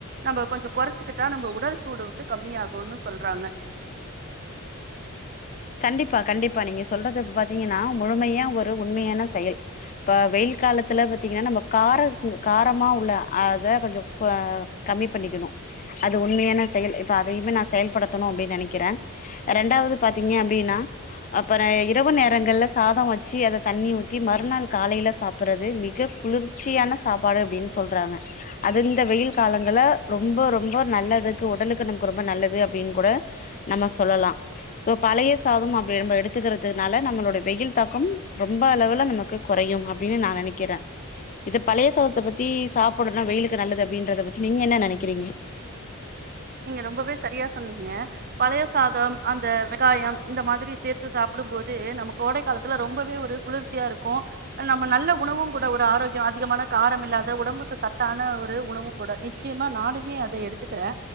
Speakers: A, on the right; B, on the left.
A: நம்ம கொஞ்சோ குறைச்சுக்கிட்டா நம்ம உடல் சூடு வந்து கம்மியாகுன்னு சொல்றாங்க
B: கண்டிப்பா கண்டிப்பா நீங்க சொல்றது இப்ப பாத்தீங்ன்னா முழுமையா ஒரு உண்மையான செயல் இப்ப வெயில் காலத்துல பாத்தீங்ன்னா நம்ம காரத்ல காரமா உள்ள அத கொஞ்ச கம்மி பண்ணிக்கணு அது உண்மையான செயல் இப்ப அதையுமே நா செயல்படுத்தணு அப்டின் நெனைக்கிறே ரெண்டாவது பாத் பாத்தீங்க அப்டின்னா அப்புறோ இரவு நேரங்கள்ல சாதோ வெச்சு அத தண்ணி ஊத்தி மறுநாள் காலையில சாப்பர்றது மிக குளிர்ச்சியான சாப்பாடு அப்டின்னு சொல்றாங்க அது இந்த வெயில் காலங்கல ரொம்ப ரொம்ப நல்லதுக்கு உடலுக்கு நமக்கு ரொம்ப நல்லது அப்டின்னு கூட நம்ம சொல்லலா சோ பழைய சாதம் நம்ம விரு எடுத்துக்கறதுனால நம்மளோட வெயில் தாக்கம் ரொம்ப அளவுல நமக்கு கொறையும் அப்புடின்னு நா நெனைக்கிறே இத பழைய சாதத்தை பத்தி சாப்புடுன்னு வெயிலுக்கு நல்லது அப்படின்றத பத்தி நீங்க என்ன நெனைக்கிறீங்க
A: நீங்க ரொம்பவே சரியா சொன்னீங்க பழைய சாதம் அந்த வெங்காயம் இந்த மாதிரி சேர்த்து சாப்புடும் போது நம்ம கோடை காலத்துல ரொம்பவே ஒரு குளிர்ச்சியா இருக்கு நம்ம நல்ல உணவும் கூட ஒரு ஆரோக்கிய அதிகமான காரம் இல்லாத உடம்புக்கு சத்தான ஒரு உணவு கூட நிச்சயமா நானமே அத எடுத்துக்கிறே